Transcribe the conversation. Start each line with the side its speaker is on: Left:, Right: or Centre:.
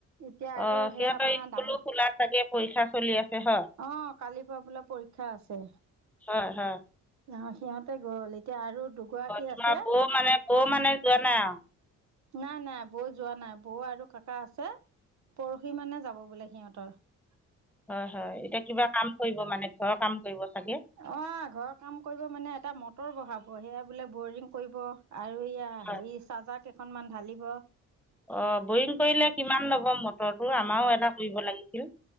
Right: এতিয়া আৰু
Centre: আহ,
Right: সেই
Centre: সিহঁতৰ
Right: আমাৰ
Centre: স্কুলো
Right: ডাঙৰ
Centre: খোলা চাগে পৰীক্ষা চলি আছে হয়।
Right: অ কালিৰ পৰা বোলে পৰীক্ষা আছে।
Centre: হয়, হয়।
Right: অ সিহঁতে গ'ল এতিয়া আৰু দুগৰাকী
Centre: তোমাৰ
Right: আছে
Centre: বৌ মানে অ, মানে জোৱা নাই আও
Right: নাই-নাই বৌ যোৱা নাই বৌ আৰু কাকা আছে পৰহি মানে যাব বোলে সিহঁত। ত
Centre: হয়-হয় এতিয়া কিবা কাম কৰিব মানে ঘৰৰ কাম কৰিব? চাগে
Right: অ, ঘৰৰ কাম কৰিব মানে এটা মটৰ বহাব সেয়া বোলে বৰিং কৰিব। আৰু ইয়া
Centre: হয়
Right: হেৰি চাজা কেইখনমান ঢালিব।
Centre: অ' বৰিং কৰিলে কিমান ল'ব মটৰটো? আমাৰো এটা কৰিব লাগিছিল।